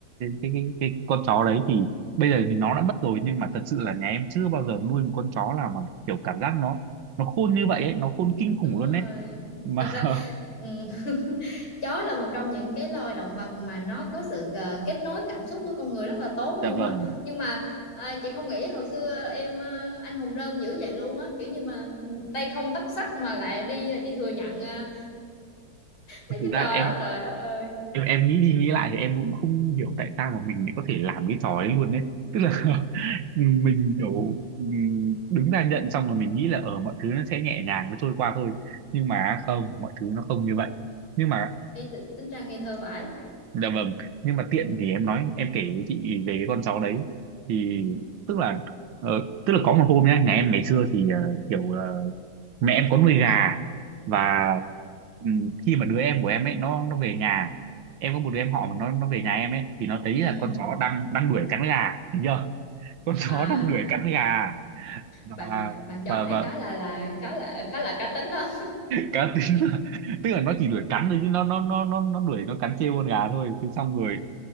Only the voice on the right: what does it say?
cái cái, cái con chó đấy thì bây giờ thì nó đã mất rồi nhưng mà thật sự là nhà em chưa bao giờ nuôi một con chó nào mà kiểu cảm giác nó nó khôn như vậy ấy, nó khôn kinh khủng
luôn
đấy mà
<laughs>
dạ
vâng
thực
ra
em
em em nghĩ đi nghĩ lại thì em cũng không hiểu tại sao mà mình lại có thể làm cái trò ấy luôn đấy tức là <laughs> mình kiểu ừm, đứng ra nhận xong rồi mình nghĩ là ở mọi thứ nó sẽ nhẹ nhàng nó trôi qua thôi nhưng mà không mọi thứ nó không như vậy nhưng mà
dạ vâng nhưng mà tiện thì em nói em kể với chị về cái con chó đấy thì tức là ờ, tức là có một hôm nhá nhà em ngày xưa thì ờ, kiểu ờ, mẹ em có nuôi gà và ừm, khi mà đứa em của em ấy nó nó về nhà em có một đứa em họ mà nó nó về nhà em ấy thì nó thấy
là con chó đang đang đuổi cắn gà được chưa con <laughs>
chó đang đuổi cắn gà và
và
và
cá tính là <laughs> tức là nó chỉ đuổi cắn thôi chứ nó nó nó nó nó đuổi nó cắn trêu con gà thôi thế xong rồi